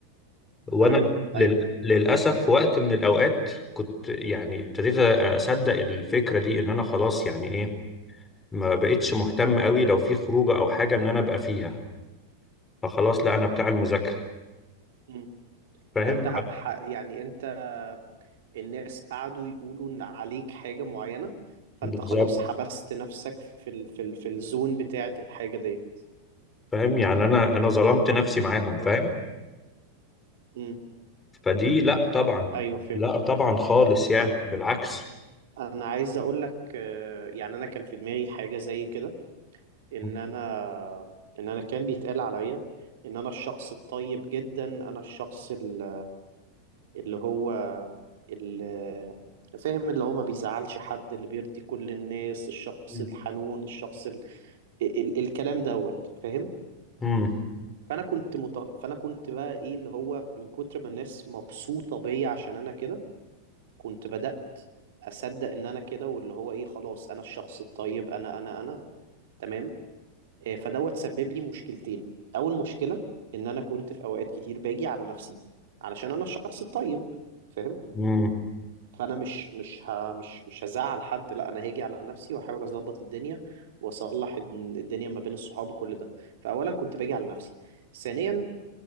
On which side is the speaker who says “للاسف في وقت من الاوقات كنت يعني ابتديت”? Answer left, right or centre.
Left